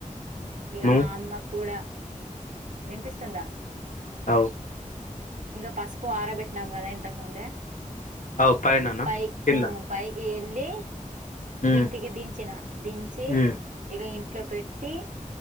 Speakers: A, on the left; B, on the right.
A: ఉమ్,
B: ఇగ
A: నువ్వు
B: మా అమ్మ కూడా వినిపిస్తందా
A: అవ్
B: ఇంకా పసుపు ఆరబెట్నామ్ కదా ఇంతకు ముందే
A: అవు పైననా
B: పైకి
A: కిందనా
B: ఆ పైకి వెళ్ళి
A: ఉమ్
B: గింతకి దించిన దించి
A: ఉమ్
B: ఇక ఇంట్లో పెట్టి